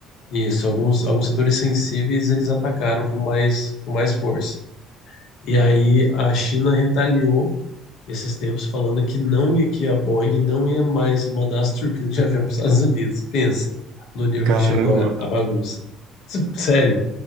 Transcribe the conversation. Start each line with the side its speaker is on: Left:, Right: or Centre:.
Left: Isso, alguns, alguns setores sensíveis eles atacaram com mais, com mais força. E
Right: Uhum.
Left: aí a China retaliou esses tempos falando que não ia, que a Boeing não ia mais mandar as turbinas de avião para os Estados Unidos. Pensa no nível
Right: Caramba,
Left: que chegou a
Right: velho.
Left: a bagunça. S- Sério.